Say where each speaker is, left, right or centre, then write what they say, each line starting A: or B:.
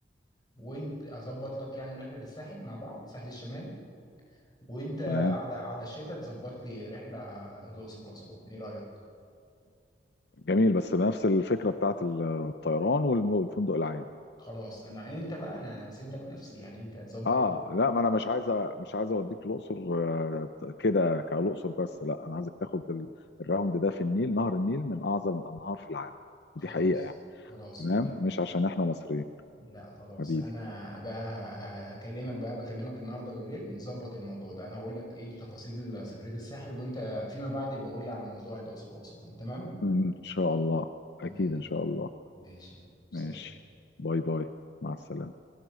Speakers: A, on the left; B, on the left.
A: وانت اظبط لك يعني رحله للساحل مع بعض الساحل الشمالي وانت
B: تمام
A: على على الشتاء تظبط لي رحله الاقصر واسوان ايه رايك
B: جميل بس نفس الفكره بتاعت الطيران والفندق العام
A: خلاص انا انت بقى انا سيب لك نفسي يعني انت ظبط
B: اه
A: الدنيا
B: لا ما انا مش عايزه مش عايزه اوديك الاقصر آه، كده كالاقصر بس لا انا عايزك تاخد ال- الراوند ده في النيل نهر النيل من اعظم الانهار في العالم ودي
A: خلاص
B: حقيقه يعني
A: خلاص
B: تمام
A: اوكي
B: مش عشان احنا مصريين
A: لا خلاص
B: حبيبي
A: انا بقى ه- هكلمك بقى بكلمك النهارده بالليل نظبط الموضوع ده انا هقول لك ايه تفاصيل سفريه الساحل وانت فيما بعد يبقى قول لي على موضوع الاقصر واسوان تمام
B: ان شاء الله
A: م-
B: اكيد ان شاء الله
A: ماشي سلام
B: ماشي باي باي مع السلامه